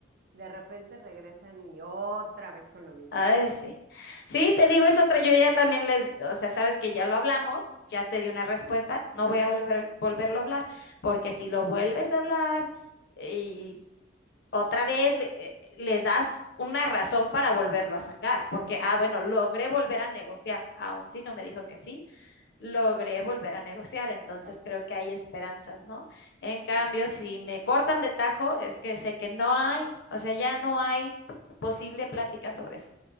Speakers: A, on the right (about 55°); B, on the left (about 60°).
A: de repente regresan y otra vez con lo mismo,
B: Ay,
A: ¿no?
B: sí. Sí, te digo, es otra. Yo ya también les, o sea, sabes que ya lo hablamos, ya
A: Ujú,
B: te di una respuesta, no voy a volver- volverlo a hablar, porque si lo vuelves a hablar y otra vez le- eh, les das una razón para volverlo a sacar, porque, ah, bueno, logré volver a negociar, Aún si no me dijo que sí, logré volver a negociar, entonces
A: claro.
B: creo que hay esperanzas, ¿no? En cambio,
A: Sí.
B: si me cortan de tajo, es que sé que no hay, o sea, ya no hay posible plática sobre eso.